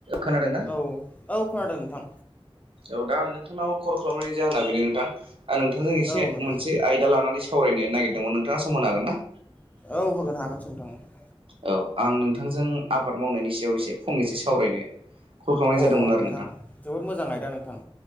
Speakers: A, on the right (about 70°); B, on the left (about 15°).
A: खोनादोंना-
B: औ औ खोनादों नोंथां
A: औ दा आं नोंथांनाव कल खालामनायनि जाहोना बेनो नोंथां नोंथांजों एसे
B: औ नोंथां
A: मोनसे आयदा लानानै सो सावरायनो नागिरदोंमोन नोंथाङा सम होनो हागोन ना
B: औ होगोनो हागोनसों नोंथां
A: औ आं नोंथांजों आबाद मावनायनि सायाव एसे फंनैसो सावरायनो कल खालामनाय
B: अ
A: जादोंमोन आरो
B: नोंथां जोबोद मोजां आयदा नोंथां